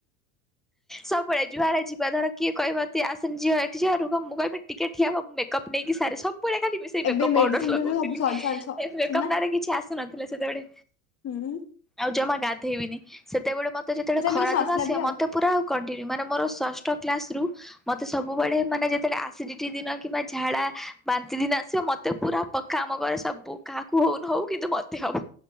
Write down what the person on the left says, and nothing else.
ଏବେ
ମେଡିସିନ
ଫେଡିସିନ ସବୁ ସରି ସରି ସ
ସରିନା
ହୁଁ।
ସେତେବେଳେ
କିଛି ନଥିଲା
ବି ଆଉ